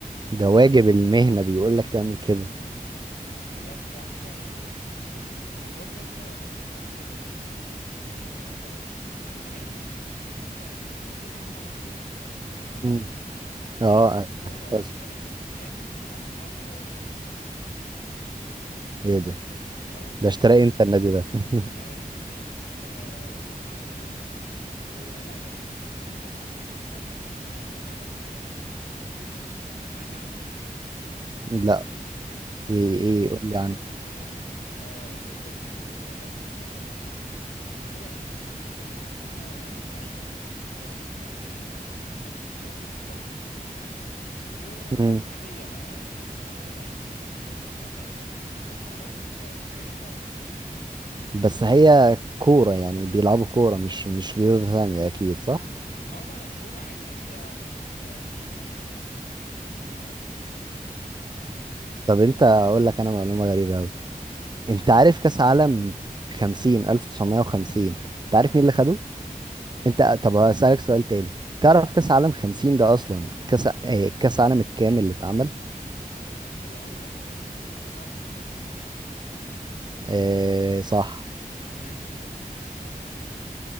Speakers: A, on the right (about 30°); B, on the left (about 70°).
A: ده واجب المهنة بيقول لك تعمل كده
B: بجد حاجة غريبة جدا وبرضه يا اسطى انا شفت شفت فاكت تانية غريبة قوي انت عارف ان بيكي انت بيكي اللي هو بتاع برشلونة انت عارف ان هو اعتزل
A: مم.
B: صح انت
A: اه
B: عارف ان هو
A: اعتقد
B: اشترى نادي كامل عشان يلعب فيه هو واصحابه
A: ايه ده
B: اه والله
A: ده اشترى
B: النادي
A: امتى النادي ده <laughs>
B: مش عارف النادي اسمه آه، اف سي اندورا ولا بس بيكيه عامه برضو انا عاجبني قوي دماغه عمل اللي هي الكينجز ليج ديت سمعت عنها
A: لا ايه
B: بص
A: ايه
B: الكينجز
A: قول لي
B: ليج ديت بتبقى تقدر تقول ان هو دوري مصغر كده الفرق اللي فيه كلها فيها لعيبه كانت زمان محترفه يعني بس دلوقتي بطلوا تمام و- وناس
A: عنها
B: عاديه بقى يعني بس ناس عاديه لعيبه فهي بتبقى تقريبا ليج كلها مهارات وكده حاجه جامده قوي عامه
A: بس هي كورة يعني بيلعبوا كورة مش مش رياضة ثانية أكيد صح؟
B: اه لا لا كوره عادي بس اعتقد بتبقى خماسي يعني مش مش كوره عاديه
A: طب أنت أقول لك أنا معلومة غريبة أوي أنت عارف كأس عالم خمسين ألف تسعمية وخمسين أنت عارف مين اللي خده؟
B: أه
A: أنت طب هسألك سؤال تاني تعرف كأس عالم خمسين ده أصلا كأس آه، كأس عالم الكامل اللي اتعمل؟
B: هقول لك هو اول واحد تقريبا كان 34 صح كده
A: آه صح
B: ماشي وهو بيتعمل كل اربع سنين